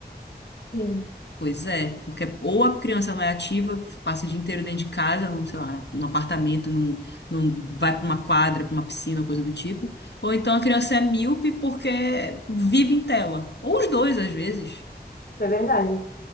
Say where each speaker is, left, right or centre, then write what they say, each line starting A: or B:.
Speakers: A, on the left; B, on the left.
A: Sim,
B: Pois é, porque ou a criança não é ativa, passa o dia inteiro dentro de casa, num, sei lá, num apartamento, num, num, vai pra uma quadra, pra uma piscina, coisa do tipo. Ou então a criança é míope porque vive em tela. Ou os dois, às vezes.
A: isso é verdade.